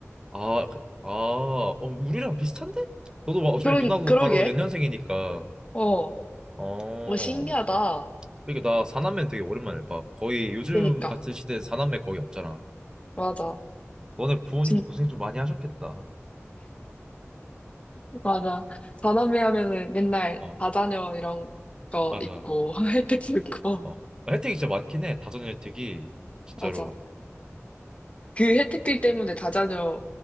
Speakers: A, on the right (about 15°); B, on the left (about 25°).
A: 아, 그- 아, 어, 우리랑 비슷한데? 너도 막 어차피
B: 그러,
A: 누나도
B: 그러게.
A: 바로 연년생이니까.
B: 어,
A: 어.
B: 뭐 신기하다.
A: 이게 나 사남매 되게 오랜만에 봐. 거의 요즘
B: 그니까.
A: 같은 시대에 사남매 거의 없잖아.
B: 맞아.
A: 너네 부모님도
B: 진,
A: 고생 좀 많이 하셨겠다.
B: 맞아. 사남매 하면은 맨날
A: 어,
B: 다자녀 이런 거
A: 맞아.
B: 있고, <laughs> 혜택도 있고.
A: 어, 혜택이 진짜 많긴 해. 다전 혜택이 진짜로.
B: 맞아. 그 혜택들 때문에 다자녀,